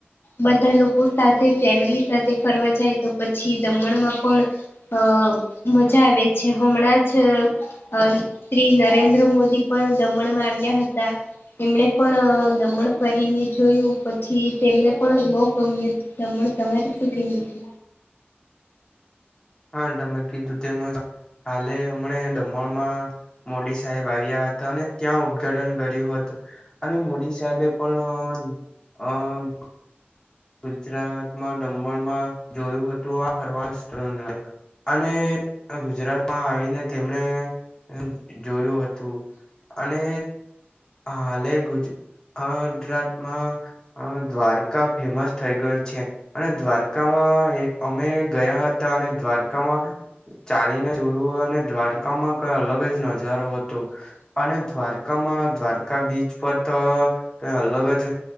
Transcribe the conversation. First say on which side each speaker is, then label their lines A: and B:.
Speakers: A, on the left; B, on the left.
A: બધા લોકો સાથે ફેમિલી સાથે ફરવા જાય તો પછી દમણમાં પણ અ મજા આવે છે હમણાં જ અ શ્રી નરેન્દ્ર મોદી પણ દમણમાં આવ્યા હતા એમણે પણ દમણ ફરીને જોયું પછી તેમને પણ બહુ ગમી દમન તમારે શું કેવું છે?
B: હા, તમે કીધુ તેમ જ હાલે. હમણા દમણમાં મોદી સાહેબ આવ્યા હતા અને ત્યાં ઉદઘાટન કર્યું હતું અને મોદી સાહેબે પણ અ ન અ ગુજરાતમાં દમણમાં જોયું હતું આ હરવાસ્ત્ર નડે અને આ ગુજરાતમાં આવીને તેમણે એમ જોયું હતું તું અને હાલે ગુજ આ ગુજરાતમાં દ્વારકા ફેમસ થઈ ગયું છે અને દ્વારકામાં એ અમે ગયા હતા અને દ્વારકામાં ચાલીને જોયું હોત ને દ્વારકામાં કઈ અલગ જ નજારો હતો અને દ્વારકામાં આ બીચ પર તો કઇ અલગ જ